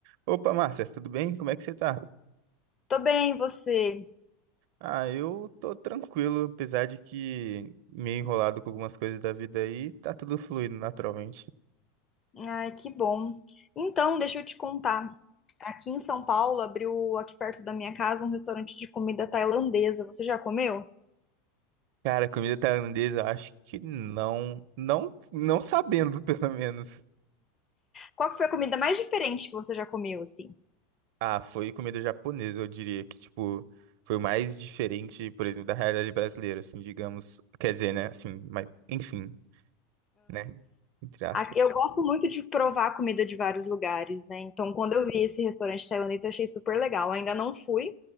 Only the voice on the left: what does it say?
Tô bem, você?
Ai, que bom. Então, deixa eu te contar. Aqui em São Paulo abriu aqui perto da minha casa um restaurante de comida tailandesa. Você já comeu?
Qual que foi a comida mais diferente que você já comeu, assim?
A- Eu gosto muito de provar comida de vários lugares, né? Então, quando eu vi esse restaurante tailandês, eu achei super legal. Ainda não fui,